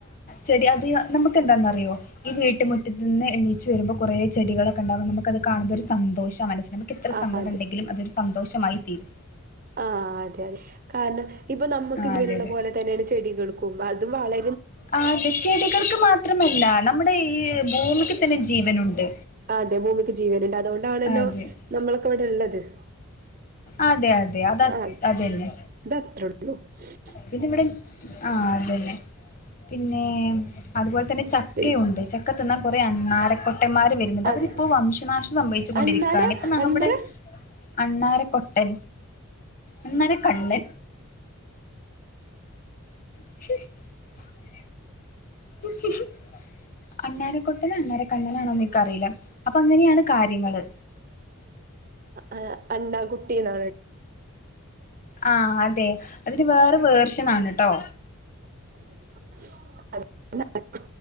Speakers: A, on the left (about 35°); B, on the right (about 40°).
A: ചെടി അത് നമുക്ക്െന്താന്നറിയോ ഈ വീട്ടുമുറ്റത്ത് നിന്ന് എണീ റ്റ് വരുമ്പൾ കുറെ ചെടി കളക്കെ ഉണ്ടാകും നമ നമക്കത് കാണു മ്പോൾ ഒരു സന്തോഷം മനസ്സിന് നമുക്ക് ഇത്ര
B: ആ
A: സഗടം ണ്ടങ്കിലും അതൊരു സന്തോഷമായി തീരും
B: ആഹ അതെ അതെ കാരണം ഇപ്പൊ നമുക്ക്
A: ആഹ്
B: ജീവനുള്ള
A: അതെ
B: പോലെ തന്നെയാണ് ചെടികൾക്കും പോ്പ അതും വള
A: ആത് ചെടികൾക്ക് മാത്രമല്ല നമ്മുടെ ഈ ഭൂമിക്ക് തന്നെ ജീവനുണ്ട്
B: അതെ ഭൂമിക്ക് ജീവനുണ്ട് അതുകൊണ്ടാണല്ലോ
A: അതെ
B: നമ്മളൊക്കെ ഇവിടെ ഉള്ളത് <unintelligible>
A: അതെ അതെ അത
B: അത്
A: അതന്നെ
B: <inaudible>
A: പിന്ന ഇവിടെ ആ അതന്നെ പിന്നെ അതുപോലെ തന്നെ ചക്കയുണ്ട്
B: പി
A: ചക്കതിന്നാൻ കുറെ അണ്ണാര രന്മാര് വരുന്നുണ്ട് അവരിപ്പോൾ
B: അത്
A: വംശനാശം സംഭവിച്ചു കൊണ്ടിരിക്കുകയാണ്
B: അണ്ണാര
A: ഇപ്പൊ നമ്മുടെ
B: അണ്ണാര
A: അണ്ണാര കൊട്ടൻ അണ്ണാര കണ്ണൻ <unintelligible> <unintelligible> അണാരക്കൊട്ടനും അണ്ണാരക്കണ്ണനാണോ എനിക്കറിയില്ല അപ്പൊ അങ്ങനെയാണ് കാര്യങ്ങള്
B: ആ അണ്ണാകുട്ടീന്നാണ്
A: ആ അതെ അതിന് വേറെ വേർഷനാണ്ട്ടോ
B: <unintelligible>